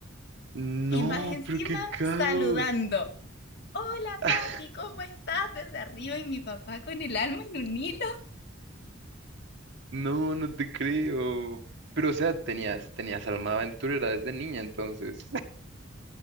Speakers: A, on the right; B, on the left.
A: No,
B: Y más encima,
A: pero qué caos.
B: saludando. Hola,
A: <laughs>
B: papi, ¿cómo estás? Desde arriba y mi papá con el alma en un hilo.
A: No, no te creo. Pero, o sea, tenías, tenías alma de aventurera desde niña, entonces.